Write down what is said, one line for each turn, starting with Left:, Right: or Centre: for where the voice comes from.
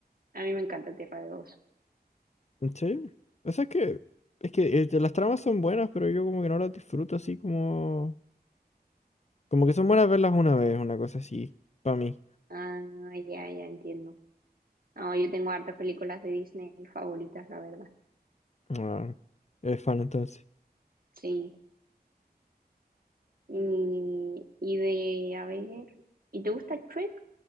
Right: a mí me encanta Tierra de osos.
Left: ¿en serio? O sea, es que, es que este, las tramas son buenas, pero yo como que no las disfruto así como... Como que son buenas verlas una vez, una cosa así, para mí.
Right: Ah, ya, ya entiendo. No, yo tengo hartas películas de Disney favoritas, la verdad.
Left: Ah, eres fan entonces.
Right: Sí. Y, y de, a ver, ¿y te gusta Shrek?